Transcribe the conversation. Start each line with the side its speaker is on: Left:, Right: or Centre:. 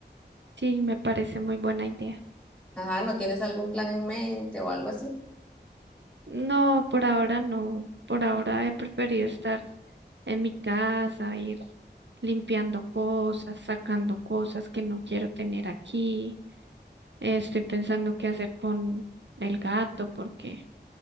Right: Sí, me parece muy buena idea.
Centre: Ajá, ¿no tienes algún plan en mente o algo así?
Right: No, por ahora no. Por ahora he preferido estar en mi casa, ir limpiando cosas, sacando cosas que no quiero tener aquí. Eh, Estoy pensando qué hacer con el gato porque,